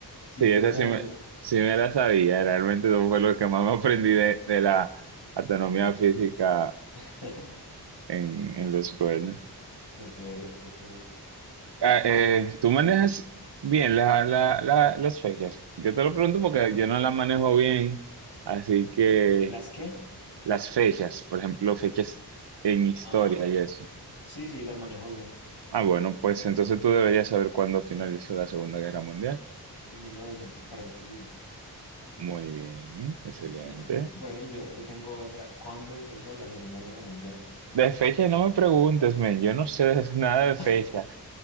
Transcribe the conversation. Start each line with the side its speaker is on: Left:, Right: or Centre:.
Right: Sí,
Left: sin pensarlo.
Right: esa sí me, sí me la sabía. Realmente eso fue lo que más me aprendí de, de la autonomía física
Left: <laughs>
Right: en, en la escuela.
Left: Ok, ok.
Right: Ah, eh, tú manejas bien la- la- la- las fechas. Yo te lo pregunto porque yo no las manejo bien. Así que
Left: ¿Las qué?
Right: las fechas, por ejemplo, fechas en historia
Left: Ah,
Right: y eso.
Left: sí, sí, las manejo bien.
Right: Ah, bueno, pues entonces tú deberías saber cuándo finalizó la Segunda Guerra Mundial.
Left: En mil novecientos cuarenta y cinco
Right: Muy bien, excelente.
Left: Muy bien. Bueno, y yo te tengo otra. ¿Cuándo empezó la Segunda Guerra Mundial?
Right: De fecha no me preguntes, men, yo no sé <laughs> nada de fecha,
Left: <laughs>